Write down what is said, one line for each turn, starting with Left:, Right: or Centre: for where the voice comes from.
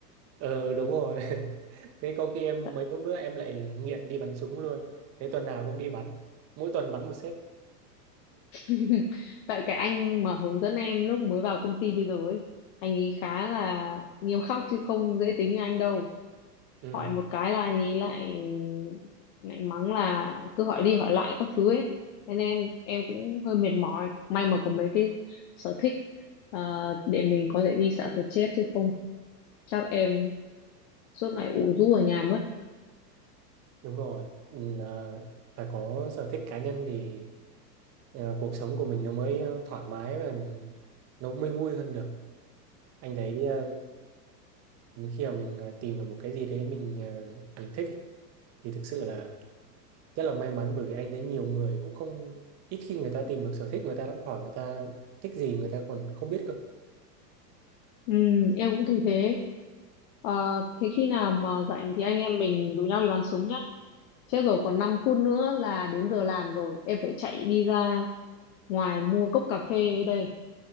Right: ờ đúng rồi <laughs> thế có khi em
Left: tại,
Right: mấy hôm nữa em lại nghiện đi bắn súng luôn thế tuần nào cũng đi bắn mỗi tuần bắn một xếp
Left: <laughs> tại cái anh mà hướng dẫn em lúc mới vào công ty bây giờ ấy anh ấy khá là nghiêm khắc chứ không dễ tính như anh đâu
Right: ừ
Left: hỏi một cái là anh ấy lại lại mắng là cứ hỏi đi hỏi lại các thứ ấy thế nên em em cũng hơi mệt mỏi may mà có mấy cái sở thích ờ, để mình có thể đi xả stress chứ không chắc em suốt ngày ủ rũ ở nhà mất
Right: đúng rồi ừ, ờ, phải có sở thích cá nhân thì ờ, cuộc sống của mình nó mới ờ, thoải mái và nó mới vui hơn được anh thấy ờ, khi mà mình ờ, tìm được một cái gì đấy mình ờ, mình thích ấy, thì thực sự là rất là may mắn bởi vì anh thấy nhiều người cũng không ít khi người ta tìm được sở thích người ta lắm hỏi người ta thích gì người ta còn không biết cơ
Left: ừ, em cũng thấy thế Ờ, thế khi nào mà rảnh thì anh em mình rủ nhau đi bắn súng nhá chết rồi còn 5 phút nữa là đến giờ làm rồi em phải chạy đi ra ngoài mua cốc cà phê đây